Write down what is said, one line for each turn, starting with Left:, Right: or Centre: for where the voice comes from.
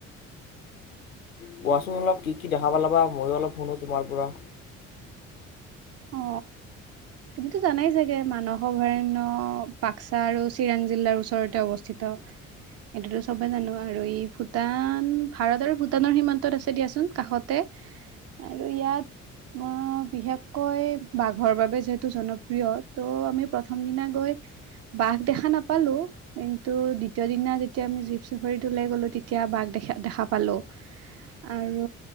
Left: কোৱাচোন অলপ কি কি দেখা পালা মইয়ো অলপ শুনো তোমাৰ পৰা।
Right: অ তুমিতো জানাই চাগে মানস অভয়াৰণ্য বাক্সা আৰু চিৰাং জিলাৰ ওচৰতে অৱস্থিত, এইটোতো চবে জানো আৰু ই ভূটান ভাৰত আৰু ভূটানৰ সীমান্তত আছে দিয়াচোন কাষতে আৰু ইয়াত বিশেষকৈ বাঘৰ বাবে যিহেতু। জনপ্ৰিয় ত' আমি প্ৰথম দিনা গৈ বাঘ দেখা নাপালো, কিন্তু দ্বিতীয় দিনা যেতিয়া আমি জীপ চাফাৰী লৈ গলো তেতিয়া বাঘ দেখা দেখা পালো, আৰু